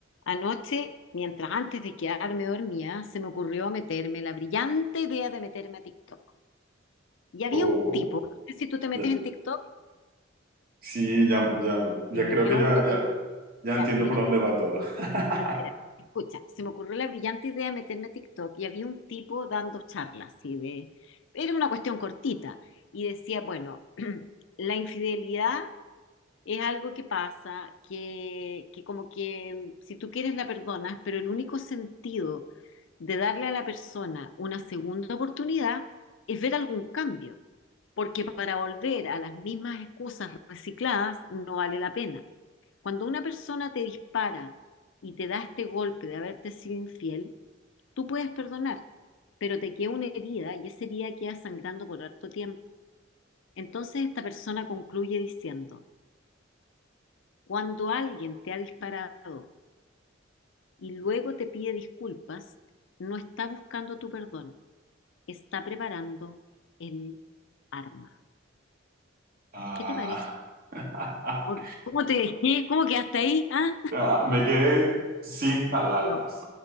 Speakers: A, on the left; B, on the right.
A: Anoche, mientras antes de quedarme dormía, se me ocurrió meterme la brillante idea de meterme a TikTok. Y había
B: Oh,
A: un tipo, no sé si tú te metes
B: ya-
A: en TikTok,
B: Sí, ya, ya, ya
A: y me
B: creo
A: dio
B: que ya,
A: una...
B: ya, ya
A: ya,
B: entiendo
A: Mira,
B: por dónde va todo. <laughs>
A: espera, escucha, se me ocurrió la brillante idea de meterme a TikTok y había un tipo dando charlas, así de... Era una cuestión cortita y decía, bueno, <clears throat> la infidelidad Es algo que pasa, que, que como que si tú quieres la perdonas, pero el único sentido de darle a la persona una segunda oportunidad es ver algún cambio, porque para volver a las mismas excusas recicladas no vale la pena. Cuando una persona te dispara y te da este golpe de haberte sido infiel, tú puedes perdonar, pero te queda una herida y esa herida queda sangrando por harto tiempo. Entonces esta persona concluye diciendo, cuando alguien te ha disparado y luego te pide disculpas, no está buscando tu perdón, está preparando el arma.
B: Ah,
A: ¿Qué te parece?
B: <laughs>
A: ¿Cómo cómo te <laughs> dejé? ¿Cómo quedaste ahí? ¿Ah?
B: ah, me quedé sin palabras.
A: No,